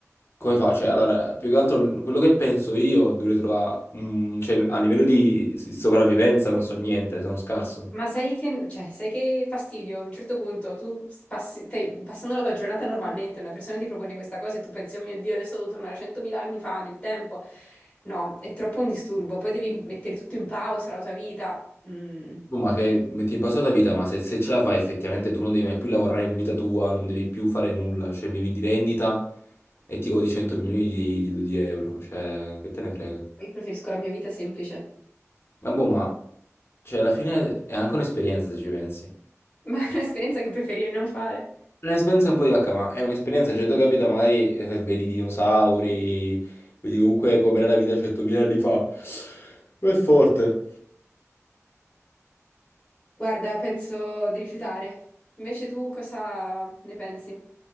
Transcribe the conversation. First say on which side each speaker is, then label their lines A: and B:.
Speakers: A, on the left; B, on the left.
A: come fa? Cioè, allora, più che altro quello che penso io dovrei trovare... un- cioè, a livello di s- sopravvivenza non so niente, sono scarso.
B: Ma sai che, cioè, sai che fastidio? A un certo punto tu s- passi, stai passando la tua giornata normalmente, una persona ti propone questa cosa e tu pensi, oh mio Dio, adesso devo tornare 100.000 anni fa nel tempo. No, è troppo un disturbo. Poi devi mettere tutto in pausa, la tua vita. Mm,
A: Boh, ma che metti in pausa la tua vita, ma se, se ce la fai effettivamente tu non devi mai più lavorare in vita tua, non devi più fare nulla, cioè vivi di rendita e ti godi 100 milioni di, di di euro, cioè che te ne frega.
B: Io preferisco la mia vita semplice,
A: Ma boh, ma... Cioè, alla fine è anche un'esperienza se ci pensi.
B: <laughs> ma è un'esperienza che preferirei non fare.
A: Un'esperienza un po' di vacca, ma è un'esperienza, cioè tu hai capito, magari eh, vedi i dinosauri, vedi comunque com'era la vita 100.000 anni fa. Ma è forte.
B: Guarda, penso di rifiutare. Invece tu cosa ne pensi? Stai